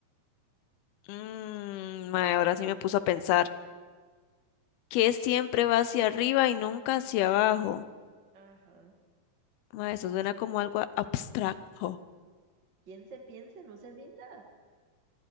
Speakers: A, on the left; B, on the right.
A: Mmm, ahora sí me puso a pensar. ¿Qué siempre va hacia arriba y nunca hacia abajo?
B: Ajá.
A: Mae, eso suena como algo a- abstracto.
B: Piense, piense, no se rinda.